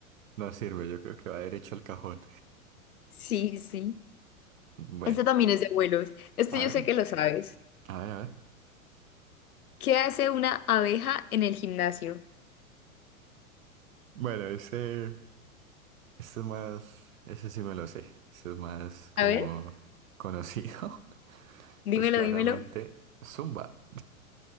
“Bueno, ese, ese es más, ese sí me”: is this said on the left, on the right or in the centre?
Right